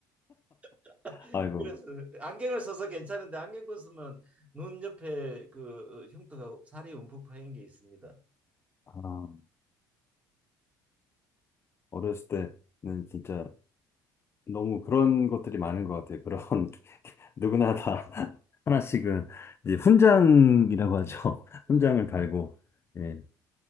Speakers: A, on the right; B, on the left.
A: <laughs>
B: 아이고.
A: 그래서 안경을 써서 괜찮은데 안경 벗으면 눈 옆에 그 흉터가 살이 움푹 파인 게 있습니다.
B: 아, 어렸을 때는 진짜 너무 그런 것들이 많은 것 같아요. 그런 <laughs> 누구나 다 <laughs> 하나씩은 이제 훈장이라고 하죠. <laughs> 훈장을
A: 예.
B: 달고. 예.